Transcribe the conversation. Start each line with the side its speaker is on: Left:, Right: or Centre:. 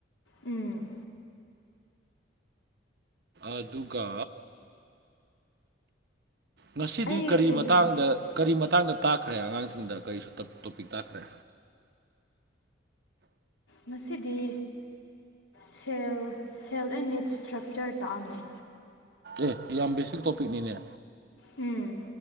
Left: ꯎꯝ
Right: ꯑꯗꯨꯒ ꯉꯁꯤꯗꯤ
Left: ꯑꯩ
Right: ꯀꯔꯤ
Left: ꯀꯩꯅꯣ
Right: ꯃꯇꯥꯡꯗ ꯀꯔꯤ ꯃꯇꯥꯡꯗ ꯇꯥꯛꯈ꯭ꯔꯦ ꯑꯉꯥꯡꯁꯤꯡꯗ ꯀꯔꯤꯁꯨ ꯇꯣꯄꯤꯛ ꯇꯥꯈ꯭ꯔꯦ
Left: ꯉꯁꯤꯗꯤ cell cell and its structure ꯇꯥꯛꯑꯝꯃꯤ
Right: ꯑꯦ ꯌꯥꯝ ꯕꯦꯁꯤꯛ ꯇꯣꯄꯤꯛꯅꯤꯅꯦ
Left: ꯎꯝ